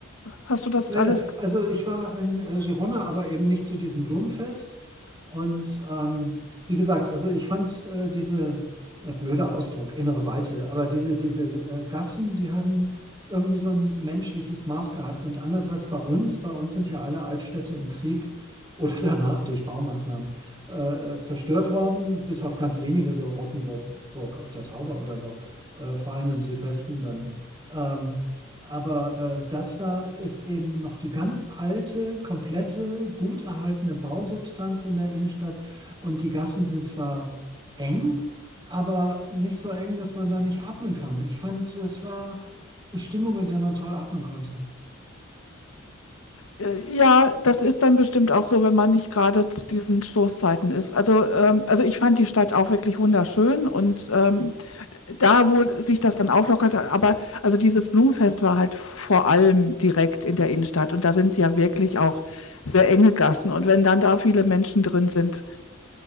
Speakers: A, on the left; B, on the right.
A: Hast du das
B: Ja,
A: alles
B: ja, also ich war in äh, Girona, aber eben nicht zu diesem Blumenfest. Und ähm, wie gesagt, also ich fand äh, diese, äh, blöder Ausdruck, innere Weite, aber diese, diese äh, Gassen, die haben irgendwie so ein menschliches Maß gehabt. Und anders als bei uns, bei uns sind ja alle Altstädte im Krieg oder <laughs> danach durch Baumaßnahmen äh, zerstört worden, bis auf ganz wenige, so Rottenburg Burg ob der Tauber oder so, äh, vor allem im Südwesten dann. Ähm, aber äh, das da ist eben noch die ganz alte, komplette, gut erhaltene Bausubstanz in der Innenstadt. Und die Gassen sind zwar eng, aber nicht so eng, dass man da nicht atmen kann. Ich fand, es war eine Stimmung, in der man toll atmen konnte.
A: Äh, Ja, das ist dann bestimmt auch so, wenn man nicht gerade zu diesen Stoßzeiten ist. Also, ähm, also ich fand die Stadt auch wirklich wunderschön und ähm, da, wo sich das dann auflockerte, aber also dieses Blumenfest war halt vor allem direkt in der Innenstadt und da sind ja wirklich auch sehr enge Gassen und wenn dann da viele Menschen drin sind,